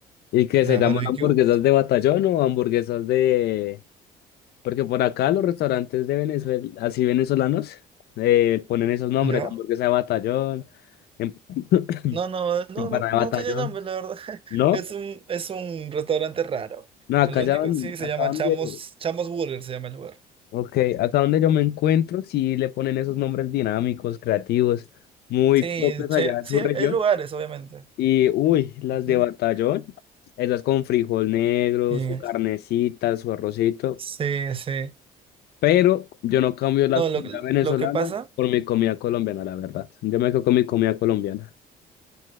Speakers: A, on the left (about 70°); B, on the right (about 30°).
A: ¿Y qué
B: la
A: se llaman
B: barbecue,
A: hamburguesas de batallón o hamburguesas de, Porque por acá los restaurantes de Venezuela, así venezolanos, eh, ponen esos nombres,
B: ¿ya?
A: hamburguesa de batallón, em- <laughs>
B: No, no, no,
A: empanada
B: no, no
A: de batallón,
B: tiene nombre, la verdad. <laughs>
A: ¿no?
B: Es un, es un restaurante raro.
A: No, acá
B: Lo
A: ya,
B: único
A: don-
B: sí
A: acá
B: se llama
A: donde,
B: Chamos, Chamos Burger, se llama el lugar.
A: okay, acá donde yo me encuentro, sí le ponen esos nombres dinámicos, creativos, muy
B: Sí,
A: propios allá
B: che,
A: en
B: sí,
A: su región.
B: hay, hay lugares, obviamente.
A: Y, uy, las
B: Ujú.
A: de batallón, esas con frijol negro,
B: Y-
A: su carnecita, su arrocito,
B: sí, sí.
A: Pero yo no cambio la
B: No,
A: comida
B: lo, que-
A: venezolana
B: lo que pasa,
A: por mi comida colombiana, la verdad. Yo me quedo con mi comida colombiana.